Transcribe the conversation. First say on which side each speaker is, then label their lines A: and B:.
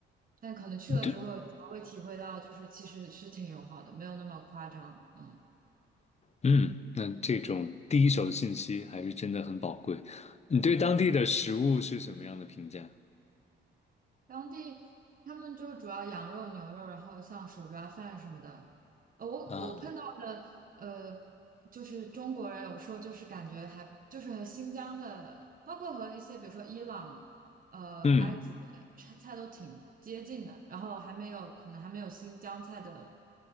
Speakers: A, on the right (about 45°); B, on the left (about 35°).
A: 但可能去了之后，
B: 对，
A: 才会体会到就是其实是挺友好的，没有那么夸张。嗯。
B: 嗯，那这种第一手的信息还是真的很宝贵。你对当地的食物是什么样的评价
A: 当地他们就主要羊肉、牛肉，然后像手抓饭什么的。呃、我我碰到的呃，
B: 啊？
A: 就是中国人有时候就是感觉还就是和新疆的，包括和一些比如说伊朗、呃埃及的菜菜都挺接近的，
B: 嗯
A: 然后还没有可能还没有新疆菜的